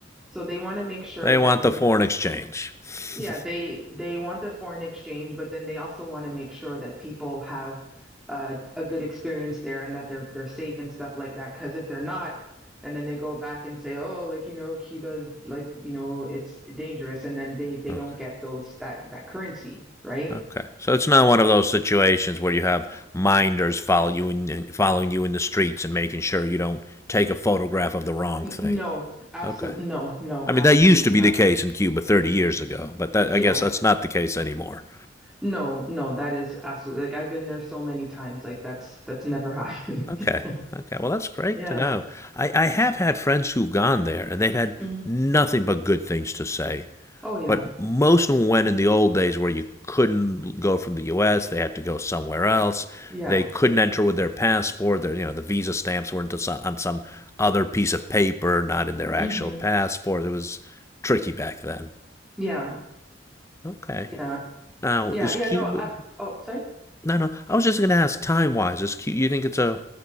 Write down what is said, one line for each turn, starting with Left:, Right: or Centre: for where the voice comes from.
Centre: so they want to make sure
Left: They
Centre: that
Left: want
Centre: when
Left: the foreign
Centre: when
Left: exchange.
Centre: people yeah,
Left: <laughs>
Centre: they they want the foreign exchange, but then they also want to make sure that people have uh, a good experience there and that they're they're safe and stuff like that. Because if they're not, and then they go back and say, oh, like you know, Cuba's like you know, it's dangerous, and then they they
Left: Oh,
Centre: don't get those that that currency, right?
Left: Okay, so it's not one of those situations where you have minders follow you in, following you in the streets and making sure you don't take a photograph of the wrong
Centre: N-
Left: thing.
Centre: No, absolutely,
Left: Okay,
Centre: no, no,
Left: I mean
Centre: absolutely
Left: that used to be
Centre: not.
Left: the case in Cuba 30 years ago, but that, I
Centre: Yeah,
Left: guess that's not the case anymore.
Centre: no, no, that is absolutely like I've been there so many times, like that's that's never happened.
Left: Okay,
Centre: <laughs>
Left: okay, well that's great
Centre: Yeah.
Left: to know. I, I have had friends who've gone there and they've had
Centre: hmm
Left: nothing but good things to say
Centre: Oh yeah,
Left: But most of them went in the old days where you couldn't go from the U.S. They had to go somewhere else.
Centre: yeah.
Left: They couldn't enter with their passport. Their, you know, the visa stamps were into some, on some other piece of paper, not in their actual
Centre: hmm
Left: passport. It was tricky back then.
Centre: Yeah.
Left: Okay.
Centre: Yeah.
Left: Now
Centre: Yeah.
Left: is
Centre: Yeah.
Left: Cuba?
Centre: No, I'm, oh, sorry.
Left: No, no. I was just going to ask time wise. Is Cuba? You think it's a?